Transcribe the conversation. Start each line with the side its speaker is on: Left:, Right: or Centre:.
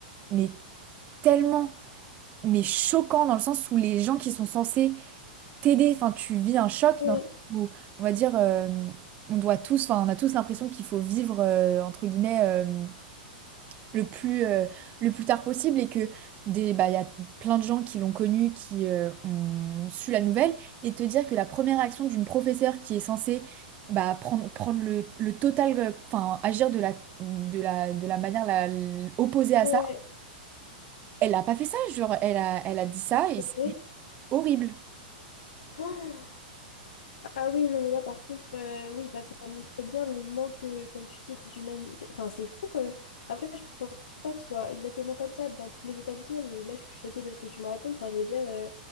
Right: mais tellement, mais choquant dans le sens où les gens qui sont censés t'aider, enfin, tu vis un choc
Left: ouais,
Right: dans le sens où, on va dire, euh, on doit tous, enfin, on a tous l'impression qu'il faut vivre, euh, entre guillemets, euh, le plus, euh, le plus tard possible et que des, bah, il y a plein de gens qui l'ont connu, qui euh, ont su la nouvelle, et te dire que la première action d'une professeure qui est censée bah, prendre, prendre le, le total, euh, enfin agir de la, de la, de la manière la- l- opposée à
Left: ouais.
Right: ça, elle n'a pas fait ça, genre elle a, elle a dit ça et c'est
Left: Et-
Right: horrible.
Left: Ah ah oui, non, mais là, par contre, euh, oui, bah, ça montre bien le manque, euh, comme tu dis, d'humanité. Enfin, c'est fou quand même. Après, je pense pas que ce soit exactement comme ça dans tous les établissements, mais là, je suis choquée de ce que tu me racontes. Enfin, je veux dire, euh,